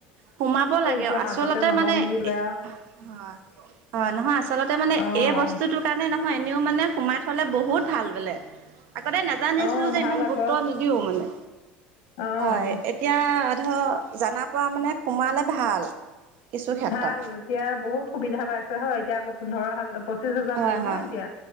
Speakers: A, on the right; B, on the left.
A: সোমাব লাগে
B: এতিয়া
A: আচলতে
B: মাজতে নলওঁ
A: মানে
B: বুলি ক'লে
A: এ
B: আৰু
A: হয় হয় নহয় আচলতে মানে
B: অঁ
A: এই বস্তুটোৰ কাৰণে নহয় এনেও মানে, সোমাই থলে বহুত ভাল বোলে আগতে নাজানিছিলোঁ
B: অঁ
A: যে
B: ভাল
A: ইমান
B: আকৌ
A: গুৰুত্ব নিদিওঁ মানে।
B: অঁ
A: হয় এতিয়া ধৰ জানা পৰা মানে সোমালে ভাল কিছু ক্ষেত্ৰত।
B: ভাল এতিয়া বহুত সুবিধা পাইছে হয় এতিয়া আকৌ পোন্ধৰ হাজাৰ পঁচিশ হেজাৰ
A: হয়
B: দিব
A: হয়
B: ন এতিয়া,